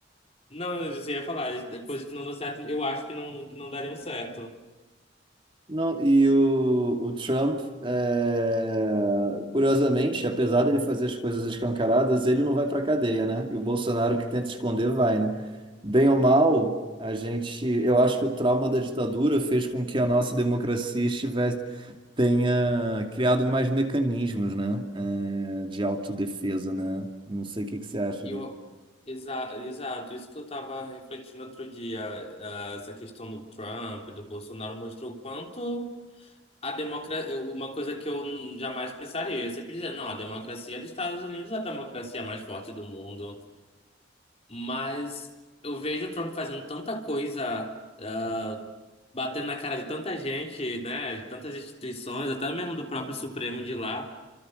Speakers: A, on the left; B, on the right.
A: Não, eu já ia falar, de coisas que não deu certo, eu acho que não, que não dariam certo.
B: Não, e o, o Trump, é, curiosamente, apesar dele fazer as coisas escancaradas, ele não vai para cadeia, né? E o Bolsonaro que tenta esconder vai, né? Bem ou mal, a gente, eu acho que o trauma da ditadura fez com que a nossa democracia estivesse, tenha criado mais mecanismos, né? É, de autodefesa, né? Não sei o que que você acha
A: E
B: disso.
A: eu, exa, exato, isso que eu tava refletindo outro dia, ah, essa questão do Trump, e do Bolsonaro, mostrou o quanto a democracia, uma coisa que eu jamais pensaria, eu sempre dizia, não, a democracia dos Estados Unidos é a democracia mais forte do mundo, mas eu vejo o Trump fazendo tanta coisa. eh, batendo na cara de tanta gente, né, de tantas instituições, até mesmo do próprio Supremo de lá,